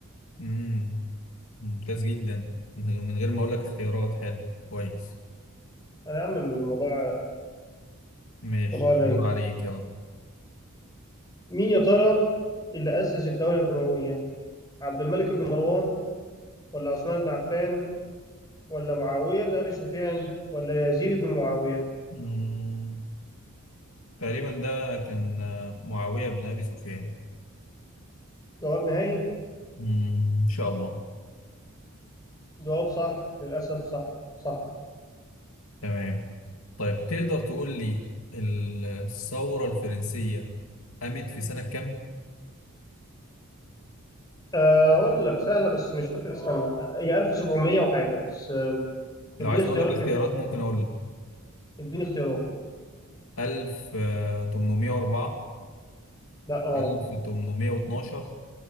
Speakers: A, on the left; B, on the left.
A: مم. ممتاز جدا من غير من غير ما أقول لك اختيارات حلو كويس
B: هيعمل الموضوع
A: ماشي
B: موضوع رايق
A: الدور عليك يلا
B: مين يا ترى اللي اسس الدوله الامويه عبد الملك بن مروان ولا عثمان بن عفان ولا معاويه بن ابي سفيان ولا يزيد بن معاويه
A: مم. تقريبا ده كان آه، معاوية بن أبي سفيان
B: جواب نهائي
A: مم. إن شاء الله
B: جواب صح للاسف صح صح
A: تمام طيب تقدر تقول لي الثورة الفرنسية قامت في سنة كام؟
B: آه، اقول لك سهله بس مش فاكر اسمها آه، هي 1700 وحاجه بس آه،
A: لو
B: اديني
A: عايزني
B: اختيارات
A: أقول لك الاختيارات
B: كده
A: ممكن أقول لك
B: اديني اختيارات
A: 1804
B: لا غلط
A: 1812